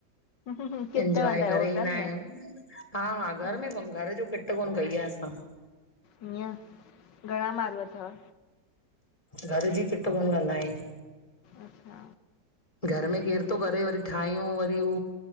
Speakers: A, on the left; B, on the left.
A: आहे किथे
B: एंजॉय
A: वेंदा आहियो
B: करे
A: होटल
B: ईंदा
A: में
B: आयूं। हा हा
A: ईअं
B: घर में कोन घर जो खिट कोन कई आ असां।
A: ईअं, घणा माण्हू अथव?
B: घर जी खिट कोन कंदा आयूं।
A: अच्छा।
B: घर में केर थो करे वरी ठाहियूं वरी हू